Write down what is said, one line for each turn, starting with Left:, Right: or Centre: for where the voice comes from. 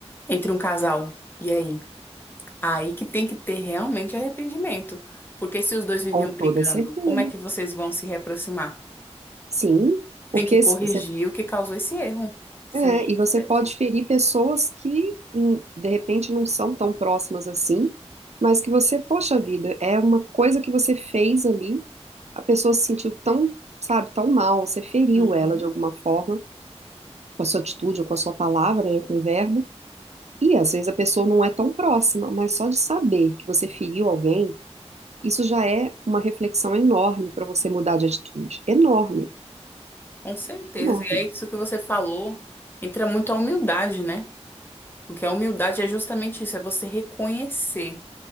Left: entre um casal, e aí? Aí que tem que ter realmente arrependimento. Porque se os dois viviam
Right: Com toda
Left: brigando,
Right: certeza.
Left: como é que vocês vão se reaproximar?
Right: Sim, porque
Left: Tem que corrigir
Right: se- se-
Left: o que causou esse erro. Senão
Right: é,
Left: não
Right: e
Left: acontece.
Right: você pode ferir pessoas que hum, de repente não são tão próximas assim, mas que você, poxa vida, é uma coisa que você fez ali, a pessoa se sentiu tão, sabe, tão mal, você feriu
Left: Uhum,
Right: ela de alguma forma. com a sua atitude ou com a sua palavra, né, com o verbo. E às vezes a pessoa não é tão próxima, mas só de saber que você feriu alguém, isso já é uma reflexão enorme para você mudar de atitude. Enorme,
Left: com certeza.
Right: enorme.
Left: E é isso que você falou. Entra muito a humildade, né? Porque a humildade é justamente isso, é você reconhecer